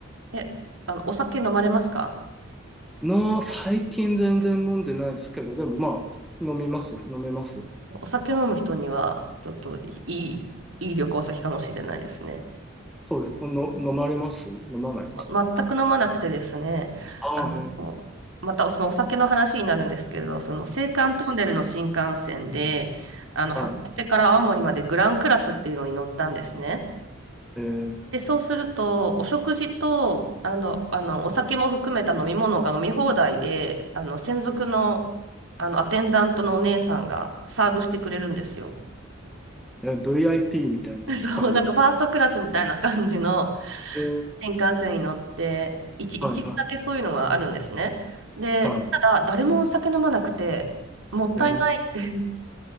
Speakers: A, on the right; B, in the centre.
A: い。え、あの、お酒飲まれますか
B: まあ最近全然飲んでないですけど、でもまあ飲みます、飲めます。
A: お酒飲む人には、ちょっといい、いい旅行先かもしれないですね。
B: そうです。の、飲まれます飲まないですか
A: ま全く飲まなくてですね、
B: ああ、
A: あの、
B: へえ。
A: またそのお酒の話になるんですけど、その青函トンネルの新幹線で、
B: はい、
A: あの、函館から青森までグランクラスっていうのに乗ったんですね。
B: はい。えー
A: で、そうすると、お食事と、あの、あの、お酒も含めた飲み物が飲み放題で、あの、専属の、あの、アテンダントのお姉さんがサーブしてくれるんですよ。
B: えー VIP みたいな感じ。
A: <laughs> そう、なんかファーストクラスみたいな感じの
B: えー
A: 新幹線に乗って、一、一部だけそういうのがあるんですね。
B: はい、は
A: で、
B: い、はい。
A: ただ誰もお酒飲まなくて、もったいないって
B: えー